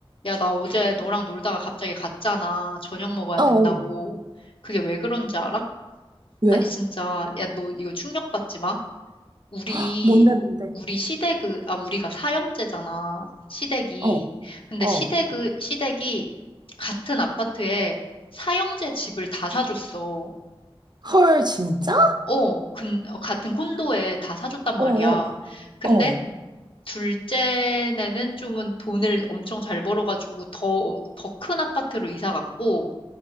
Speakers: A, on the left; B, on the right.
A: 야, 나 어제 너랑 놀다가 갑자기 갔잖아. 저녁 먹어야
B: 어,
A: 된다고.
B: 어.
A: 그게 왜 그런지 알아?
B: 왜?
A: 아니, 진짜. 야, 너 이거 충격받지 마. 우리,
B: 헉, 뭔데, 뭔데?
A: 우리 시댁은, 아, 우리가 사형제잖아. 시댁이.
B: 어,
A: 근데 시댁의,
B: 어.
A: 시댁이 같은 아파트에 사형제 집을 다 사줬어.
B: 헐, 진짜?
A: 어, 근, 어, 같은 콘도에 다 사줬단 말이야.
B: 어, 어,
A: 근데
B: 어.
A: 둘째는 좀은 돈을 엄청 잘 벌어가지고 더, 더 큰 아파트로 이사 갔고,